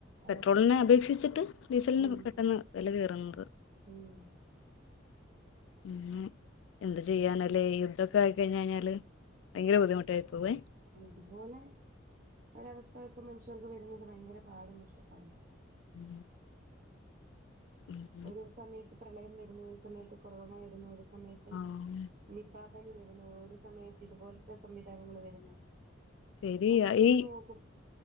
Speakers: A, on the right; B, on the left.
A: അതെ
B: പെട്രോളിനെ അപേക്ഷിച്ചിട്ട് ഡീസൽന്
A: ഉം
B: പെട്ടെന്ന് വില കേറുന്നത്
A: ഉം
B: ഉം എന്ത് ചെയ്യാനല്ലേ യുദ്ധൊക്കെ ആയി കയിഞ്ഞയിഞ്ഞാല് ഭയങ്കര ബുദ്ധിമുട്ടായി പോവേ
A: ഇതുപോലെ ഒരവസ്ഥ ഒക്കെ മനുഷ്യർക്ക് വരുന്നത് ഭയങ്കര പാടും കഷ്ടപ്പാടുവാ
B: ഉം ഉം
A: ഒരു സമയത്ത് പ്രളയം വരുന്നു ഒര് സമയത്ത് കൊറോണ വരുന്നു ഒര് സമയ
B: ആഹ്
A: നിപാപനി വരുന്നു ഒരു സമയത്ത് ഇതുപോൽത്തെ സംവിധാനങ്ങള് വരുന്നു.
B: ശരി
A: മൊത്തത്തില്
B: യാ ഈ
A: നോക്കും